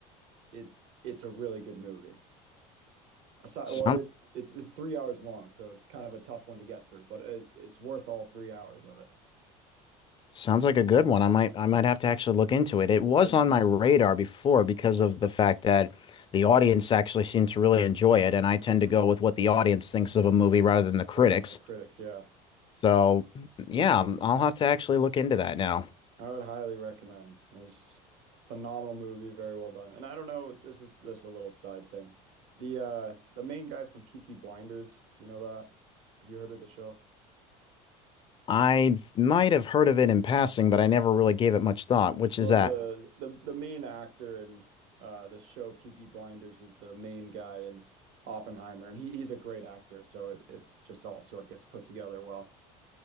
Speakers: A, on the right; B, on the left.
A: It It's a really good movie. Aside,
B: Sound
A: Well, it is, it's three its three hours long, so it's kind of a tough one to get through, but it, it's worth all three hours of it.
B: Sounds like a good one. I might I might have to actually look into it. It was
A: I'd
B: on my radar before because of the fact that the audience actually seemed to really enjoy it, and I tend
A: mm-hmm.
B: to go with what the audience thinks of a movie rather than the critics.
A: rather than the critics, yeah.
B: So, yeah, um, I'll have to actually look into that now.
A: I would highly recommend. It was a phenomenal movie, very well done. And I don't know, this is just a little side thing. The uh the main guy from Peaky Blinders, do you know that? Have you heard of the show?
B: I might have heard of it in passing, but I never really gave it much thought, which
A: Well,
B: is that.
A: No. the the the main actor in uh the show Peaky Blinders is the main guy in Oppenheimer, and he he's a great actor, so it, it's just all sort of gets put together well.